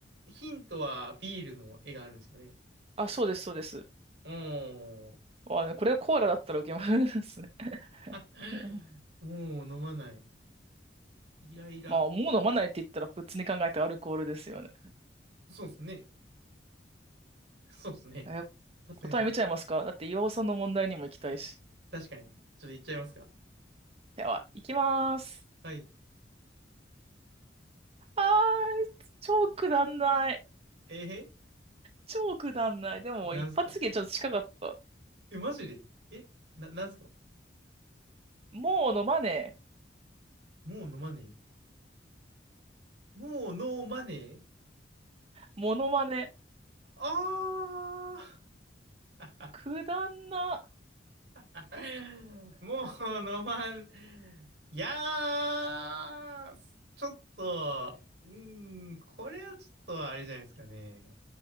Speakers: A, on the right; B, on the right.
A: ヒントはビールの絵があるんですよね。
B: あ、そうです、そうです。
A: おー。
B: まあね、これはコーラだったら受けますね。<laughs>
A: <laughs>
B: いや
A: もう飲まない。イライラ。
B: まあ、もう飲まないって言ったら普通に考えてアルコールですよね。
A: そうですね。そうですね。
B: えー
A: さすがに。
B: 答え見ちゃいますかだって岩尾さんの問題にも行きたいし。
A: 確かに。ちょっと言っちゃいますか。
B: では、行きます。
A: はい。
B: あー、超くだんない。
A: え
B: 超くだんない。でも、
A: ー、なんすか
B: 一発芸ちょっと近かった。
A: え、マジでえ、な、なんすか
B: もう飲まねえ。
A: もう飲まねえ。もうノーマネー
B: モノマネ。
A: ああ
B: くだんな。
A: ー <laughs> もうノーマネー。いやー、ちょっと、うーん、これはちょっとあれじゃないですかね。